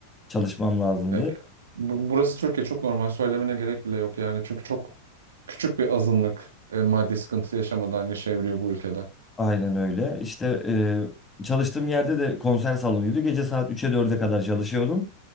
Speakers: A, on the left; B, on the right.
A: Çalışmam lazımdı.
B: E, bu- burası Türkiye çok normal. Söylemene gerek bile yok yani. Çünkü çok küçük bir azınlık e, maddi sıkıntı yaşamadan yaşayabiliyor bu ülkede.
A: Aynen öyle. İşte e, çalıştığım yerde de konser salonuydu. Gece saat üç'e dörde kadar çalışıyordum.